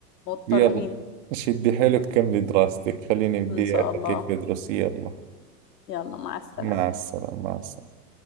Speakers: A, on the left; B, on the right.
A: مضطرين
B: يلا شدي حيلك كملي دراستك خليني بدي
A: ان شاء
B: أفكك
A: الله
B: تدرسي يلا
A: يلا مع السلامة
B: مع السلامة مع السلامة